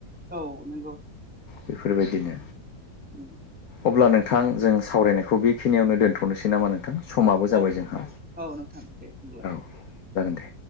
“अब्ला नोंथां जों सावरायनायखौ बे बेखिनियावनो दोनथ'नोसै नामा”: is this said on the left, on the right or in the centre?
Left